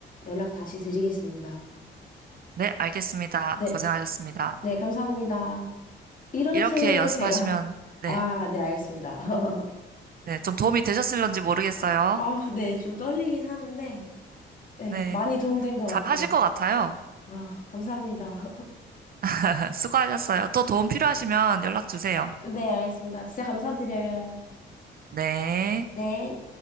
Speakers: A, on the left; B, on the right.
A: 연락 다시 드리겠습니다.
B: 네, 알겠습니다.
A: 네,
B: 고생하셨습니다.
A: 가- 네, 감사합니다. 이런
B: 이렇게
A: 식으로
B: 연습하시면,
A: 제가, <laughs> 아,
B: 네,
A: 네, 알겠습니다. <laughs>
B: 네, 좀 도움이 되셨을런지 모르겠어요.
A: 아, 네, 좀 떨리긴 하는데, 네,
B: 네,
A: 많이 도움된 것 같아요.
B: 잘 하실 것 같아요.
A: 아, 감사합니다.
B: <laughs> 수고하셨어요. 또 도움 필요하시면 연락 주세요.
A: 네, 알겠습니다. 진짜 감사드려요.
B: 네.
A: 네.